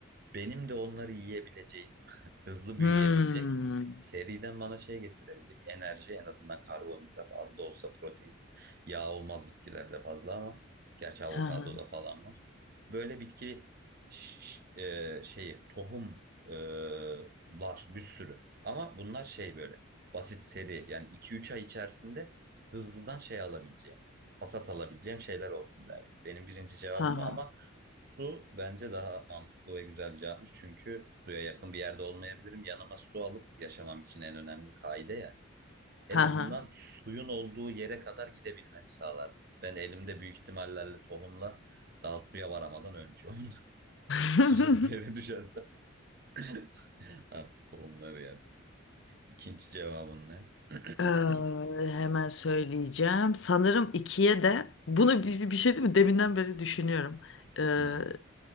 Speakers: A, on the right (about 50°); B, on the left (about 65°).
A: benim de onları yiyebileceğim, <laughs> hızlı
B: Hmm.
A: büyüyebilecek, seriden bana şey getirebilecek enerji en azından karbonhidrat az da olsa protein. Yağ olmaz bitkilerde fazla ama gerçi avokadoda
B: Ha ha.
A: falan var. Böyle bitki ş- ş- e, şeyi tohum e, lar bir sürü ama bunlar şey böyle basit seri yani iki üç ay içerisinde hızlıdan şey alabileceğim, hasat alabileceğim şeyler olsun derdim. Benim birinci cevabım
B: Ha
A: bu
B: ha.
A: ama Su bence daha mantıklı ve güzel cevapmış. Çünkü suya yakın bir yerde olmayabilirim. Yanıma su alıp yaşamam için en önemli kaide ya. En
B: Ha
A: azından
B: ha.
A: suyun olduğu yere kadar gidebilmemi sağlardı. Ben elimde büyük ihtimallerle tohumla daha suya varamadan ölmüş olurdum. <laughs>
B: <laughs>
A: Susuz bir eve düşersem. <laughs> Ha, Tohumları yani. İkinci cevabın ne? <clears throat>
B: Ee, hemen söyleyeceğim. Sanırım ikiye de bunu bir, bir şey değil mi? Deminden beri düşünüyorum. Ee,
A: Hmm.